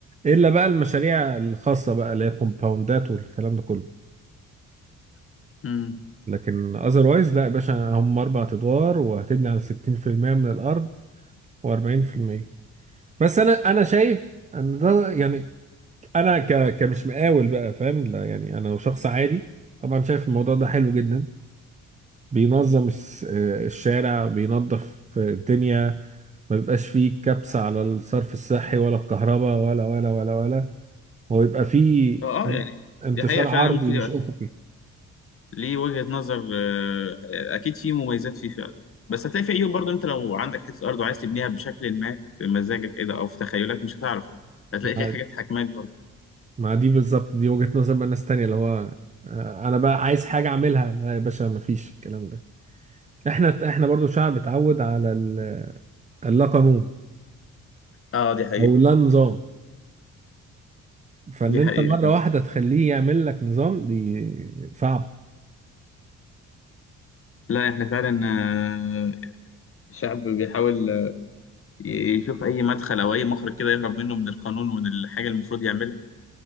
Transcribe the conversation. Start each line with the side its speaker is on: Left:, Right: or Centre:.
Right: الا بقى المشاريع الخاصه بقى اللي هي كومباوندات والكلام ده كله
Left: <laughs> امم
Right: لكن اذروايز لا يا باشا هم اربع ادوار وهتبني على 60% من الارض و40% بس انا انا شايف ان ده يعني انا ك كمش مقاول بقى فاهم لا يعني انا شخص عادي طبعا شايف الموضوع ده حلو جدا بينظم الس- آه، الشارع بينظف الدنيا ما بيبقاش فيه كبس على الصرف الصحي ولا الكهرباء ولا ولا ولا ولا هو يبقى فيه
Left: اه آه، يعني
Right: انتشار
Left: دي حقيقه فعلا
Right: عرضي
Left: ممكن
Right: مش
Left: يبقى
Right: افقي
Left: ليه وجهه نظر آه، اكيد في مميزات فيه فعلا بس هتلاقي في عيوب برضه انت لو عندك حته ارض وعايز تبنيها بشكل ما في مزاجك كده او في تخيلك مش هتعرف هتلاقي
Right: مع
Left: في حاجات حاكماك برضه
Right: مع دي بالظبط دي وجهة نظر بقى ناس تانية اللي هو آه، انا بقى عايز حاجة اعملها لا يا باشا مفيش الكلام ده احنا احنا برضو شعب اتعود على ال- اللا قانون
Left: اه دي حقيقة
Right: او لا نظام فان
Left: دي
Right: انت
Left: حقيقة
Right: مره
Left: فعلا
Right: واحده تخليه يعمل لك نظام دي صعبه
Left: لا احنا فعلا آه، الشعب بيحاول آه، ي- يشوف أي مدخل أو أي مخرج كده يهرب منه من القانون ومن الحاجة اللي المفروض يعملها